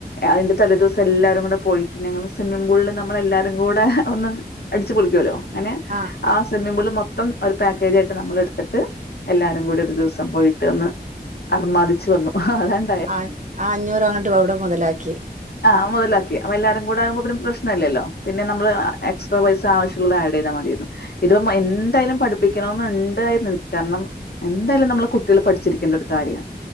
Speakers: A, on the left; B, on the right.
A: അതിന്റെ തലേ ദിവസം എല്ലാരും കൂടെ പോയിട്ട് ഞങ്ങള് സ്വിമ്മിംഗ് പൂളില് നമ്മളെല്ലാരും കൂടെ ഒന്ന് അടിച്ച് പൊളിക്കുവല്ലോ അങ്ങനെ
B: ആഹ്
A: ആ സ്വിമ്മിംഗ് പൂള് മൊത്തം ഒരു പാക്കേജായിട്ട് നമ്മൾ എടുത്തിട്ട് എല്ലാരും കൂടി ഒരു ദിവസം പോയിട്ട് ഒന്ന് അർമാദിച്ചു വന്നു അതാണ്
B: ആഹ് അഞ് ആ അഞ്ഞൂറ് അങ്ങട്ട് അവിടെ മൊതലാക്കി.
A: ആഹ് മൊതലാക്കി അപ്പ എല്ലാരും കൂടെ ആകുമ്പോ പിന്നെ പ്രശ്നല്ലല്ലോ പിന്നെ നമ്മള് എക്സ് ട്ര പൈസ ആവശ്യമുള്ളത് ആഡ് ചെയ്താൽ മതിയാര്ന്നു ഇതിപ്പ എന്തായാലും പഠിപ്പിക്കണൊന്ന് ഉണ്ടായിരുന്നു എനിക്ക് കാരണം എന്തായാലും നമ്മള് കുട്ടികൾ പഠിച്ചിരിക്കേണ്ട ഒരു കാര്യാണ്